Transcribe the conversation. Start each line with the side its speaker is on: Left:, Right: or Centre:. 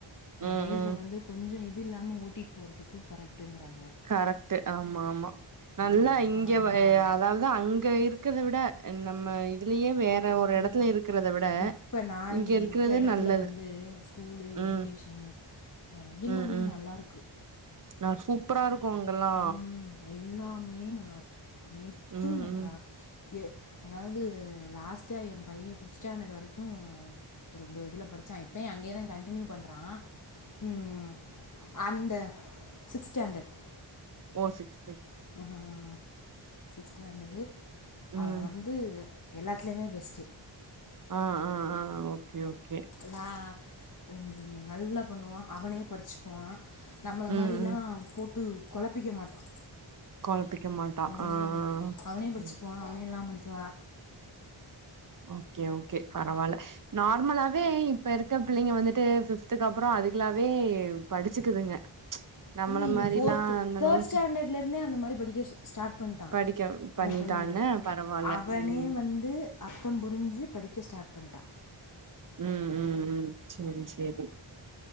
Right: ம்
Left: லைஃப
Right: ம்
Left: வந்து கொஞ்சோ இது இல்லாம ஓட்டிட் போறதுக்கு கரெக்டுங்றாங்க
Right: கரெக்ட்டு ஆமா ஆமா நல்லா
Left: அந்த பக்கம்
Right: இங்க
Left: வந்துடலாமா
Right: ஆ அதாவது அதா அங்க இருக்குறத விட நம்ம இதுலயே வேற ஒரு
Left: இல்லைப்பா
Right: இடத்துல இருக்கிறத விட
Left: இப்போ நான்
Right: இங்க
Left: இங்கே
Right: இருக்கிறது
Left: இருக்க இடத்துல
Right: நல்லது
Left: வந்து ஸ்கூலு எஜிகேஷன்
Right: ம்
Left: ஏ எல்லாமே
Right: ம் ம்
Left: நல்லாருக்கு
Right: நா சூப்பரா இருக்கு இங்கெல்லா
Left: ம், எல்லாமே நல்லாருக்கு அனைத்தும்
Right: ம்
Left: நன்றா
Right: ம்
Left: ஏ அதாவது லாஸ்ட்டா என் பையன் ஃபிப்த் ஸ்டாண்டர்டு வரைக்கும் ஒரு இ இதுல படிச்சான் இப்பயும் அங்கேயதான் கண்டடினியூ பண்றான் ம் ம் அந்த சிக்ஸ் ஸ்டாண்டர்ட்
Right: ஓ சிக்ஸ்
Left: உ ஹு ம் சிக்ஸ்டாண்ட்ர்டு
Right: ம்
Left: அவன் வந் து எல்லாத்துலேயுமே பெஸ்ட்டு
Right: ஆ ஆ ஆ ஓகே ஓகே
Left: லா ம் நல்லா பண்ணுவான் அவனே படிச்சுக்குவான் நம்மள
Right: ம்
Left: மாரிலாம்
Right: ம்
Left: போட்டு கொழப்பிக்க மாட்டான்
Right: கொழப்பிக்க மாட்டா
Left: ம்
Right: ஆ ஆ.
Left: ம் அவனே படிச்சுக்குவான் அவனே எல்லாம் பண்ணிக்குவான்
Right: ஓகே ஓகே பரவால்ல நார்மலாவே இப்ப இருக்க பிள்ளைங்க வந்துட்டு ஃபிப்துக்கப்றம் அதுங்களாவே படிச்சுக்குதுங்க நம்மள
Left: இல்ல இது
Right: மாரிலா
Left: ஃபோர்த்
Right: அந்த
Left: தேர்ட்
Right: அளவுக்கு
Left: ஸ்டாண்டர்ட்லருந்தே அந்த மாறி படிக்க சொ ஸ்டார்ட் பண்ட்டான்
Right: படிக்க பண்ணிட்டான்னு
Left: என் பையன்
Right: பரவால்ல
Left: அவனே
Right: ம்
Left: வந்து அர்த்தம் புரிஞ்சு படிக்க ஸ்டார்ட் பண்ட்டா
Right: ம் ம் ம் செரி செரி